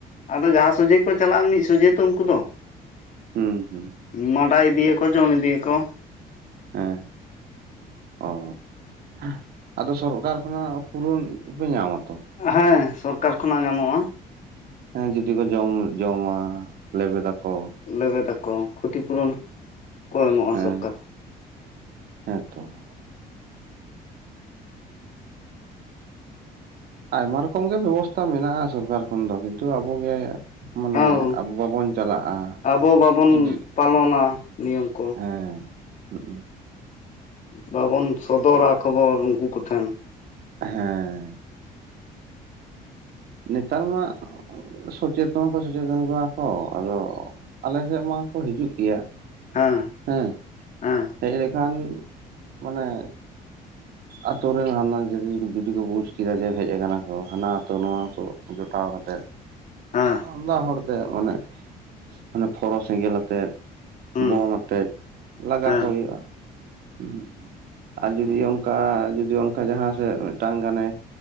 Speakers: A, on the left; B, on the right.
A: ᱟᱫᱚ ᱡᱟᱦᱟᱸ ᱥᱚᱡᱷᱮ ᱠᱚ ᱪᱟᱞᱟᱜ-ᱟ, ᱢᱤᱫ ᱥᱚᱡᱷᱮ ᱛᱚ ᱩᱱᱠᱩ ᱫᱚ᱾
B: ᱦᱩᱸ ᱦᱩᱸ
A: ᱢᱟᱰᱟ ᱤᱫᱤᱭᱟᱠᱚ, ᱡᱚᱢ ᱤᱫᱤᱭᱟᱠᱚ᱾
B: ᱦᱮᱸ ᱚ ᱾ ᱟᱫᱚ ᱥᱚᱨᱠᱟᱨ ᱠᱷᱚᱱᱟᱜ ᱯᱩᱨᱚᱱ ᱯᱮ ᱧᱟᱢᱟ ᱛᱚ᱾
A: ᱦᱮᱸ ᱥᱚᱨᱠᱟᱨ ᱠᱷᱚᱱᱟᱜ ᱧᱟᱢᱚᱜᱼᱟ ᱾
B: ᱦᱮᱸ ᱡᱩᱫᱤ ᱠᱚ ᱡᱚᱢ-ᱡᱚᱢᱟ ᱞᱮᱵᱮᱫ ᱟᱠᱚ,
A: ᱞᱮᱵᱮᱫ ᱫᱟᱠᱚ ᱠᱷᱚᱛᱤ ᱯᱩᱨᱚᱱ ᱠᱚ ᱮᱢᱚᱜᱼᱟ
B: ᱦᱮᱸ
A: ᱥᱚᱨᱠᱟᱨ
B: ᱦᱮᱸ ᱛᱚ ᱾ ᱟᱭᱢᱟ ᱨᱚᱠᱚᱢ ᱜᱮ ᱵᱮᱵᱚᱥᱛᱷᱟ ᱢᱮᱱᱟᱜ-ᱟ ᱥᱚᱨᱠᱟᱨ ᱠᱷᱚᱱ ᱫᱚ ᱠᱤᱱᱛᱩ ᱟᱵᱚᱜᱮ ᱢᱟᱱᱮ
A: ᱦᱮᱸ
B: ᱟᱵᱚ ᱵᱟᱵᱚᱱ ᱪᱟᱞᱟᱜᱼᱟ
A: ᱟᱵᱚ ᱵᱟᱵᱚᱱ
B: ᱦᱮᱸ
A: ᱯᱟᱞᱚᱱᱟ ᱱᱤᱭᱚᱢ ᱠᱚ
B: ᱦᱮᱸ, ᱦᱩᱸ
A: ᱵᱟᱵᱚᱱ ᱥᱚᱫᱚᱨᱟ ᱠᱷᱚᱵᱚᱨ ᱩᱱᱠᱩ ᱠᱚ ᱴᱷᱮᱱ,
B: ᱦᱮᱸ, ᱱᱮᱛᱟᱨ ᱢᱟ ᱥᱚᱪᱮᱛᱚᱱ ᱦᱚᱸᱠᱚ ᱥᱚᱪᱮᱛᱚᱱ ᱠᱚᱣᱟ ᱠᱚ ᱟᱫᱚ ᱟᱞᱮ ᱥᱮᱫ ᱢᱟᱠᱚ ᱦᱤᱡᱩᱜ ᱜᱮᱭᱟ᱾
A: ᱦᱮᱸ,
B: ᱦᱮᱸ,
A: ᱦᱮᱸ
B: ᱦᱮᱡ ᱞᱮᱠᱷᱟᱱ ᱢᱟᱱᱮ ᱟᱛᱳ ᱨᱮᱱ ᱦᱟᱱᱟ ᱡᱩᱫᱤ ᱡᱩᱫᱤ ᱠᱚ ᱵᱩᱡᱽ ᱠᱮᱫᱟ ᱡᱮ ᱦᱮᱡ ᱟᱠᱟᱱᱟ ᱠᱚ ᱦᱟᱱᱟ ᱟᱛᱳ ᱱᱚᱣᱟ ᱟᱛᱳ ᱡᱚᱴᱟᱣ ᱠᱟᱛᱮᱫ
A: ᱦᱮᱸ
B: ᱟᱢᱫᱟ ᱦᱚᱲ ᱛᱮ ᱢᱟᱱᱮ ᱢᱟᱱᱮ ᱯᱷᱚᱨᱚ ᱥᱮᱸᱜᱮᱞ ᱟᱛᱮᱫ
A: ᱦᱩᱸ
B: ᱵᱳᱢ ᱟᱛᱮᱫ ᱞᱟᱜᱟ
A: ᱦᱮᱸ
B: ᱠᱚ ᱦᱩᱭᱩᱜᱼᱟ, ᱦᱮᱸ ᱟᱨ ᱡᱩᱫᱤ ᱚᱱᱠᱟ ᱡᱩᱫᱤ ᱚᱱᱠᱟ ᱡᱟᱦᱟᱸ ᱥᱮᱫ ᱢᱤᱫᱴᱟᱝ ᱜᱟᱱᱮ